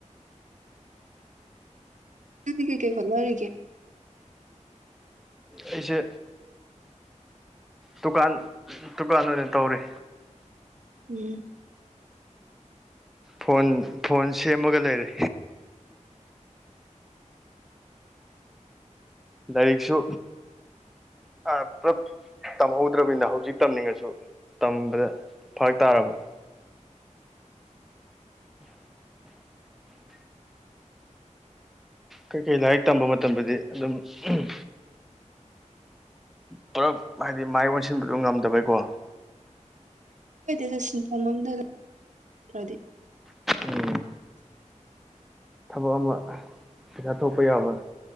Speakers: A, on the right (about 70°); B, in the centre.
A: ꯅꯪꯗꯤ ꯀꯩ ꯀꯩ ꯍꯣꯠꯅꯔꯤꯒꯦ
B: ꯑꯩꯁꯦ ꯗꯨꯀꯥꯟ ꯗꯨꯀꯥꯟ ꯑꯣꯏꯅ ꯇꯧꯔꯤ
A: ꯎꯝ
B: ꯐꯣꯟ ꯐꯣꯟ ꯁꯦꯝꯃꯒ ꯂꯩꯔꯤ ꯂꯥꯏꯔꯤꯛꯁꯨ ꯑ ꯄꯨꯂꯞ ꯇꯝꯍꯧꯗ꯭ꯔꯕꯅꯤꯅ ꯍꯧꯖꯤꯛ ꯇꯝꯅꯤꯡꯉꯁꯨ ꯇꯝꯕꯗ ꯐꯔꯛ ꯇꯥꯔꯕ ꯀꯩꯀꯩ ꯂꯥꯏꯔꯤꯛ ꯇꯝꯕ ꯃꯇꯝꯗꯗꯤ ꯑꯗꯨꯝ ꯎꯝ ꯄꯨꯂꯞ ꯍꯥꯏꯗꯤ ꯃꯥꯏ ꯑꯣꯟꯁꯤꯟꯕꯗꯣ ꯉꯝꯗꯕꯩꯀꯣ
A: ꯀꯥꯏꯗꯦꯗ ꯁꯤꯟꯐꯝ ꯑꯝꯗ ꯂꯩꯈ꯭ꯔꯗꯤ
B: ꯎꯝ ꯊꯕꯛ ꯑꯃ ꯄꯩꯁꯥ ꯊꯣꯛꯄ ꯌꯥꯕ